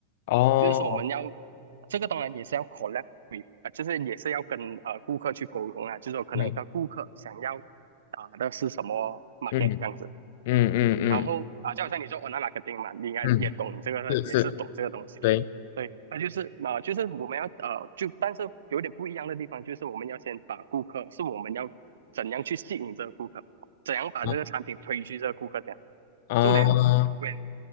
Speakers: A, on the left; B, on the right.
A: 哦，
B: 就是说我们要这个当然也是要 collab with 呃，就是也是要跟呃顾客去沟通啊，就是说可能的顾客想要
A: 对，
B: 打的是什么 market
A: 嗯
B: 这样子。
A: 嗯嗯嗯
B: 然后啊，就好像你说 o n l i n 嘛，你应该也懂这个，
A: 嗯。是是，
B: 也是懂这个东西。
A: 对
B: 对，那就是啊呃，就是我们要呃，就但是有点不一样的地方，就是我们要先把顾客，是我们要怎样去吸引这个顾客，怎样把这个产品推去这个顾客这样。
A: 啊哦，
B: So then, when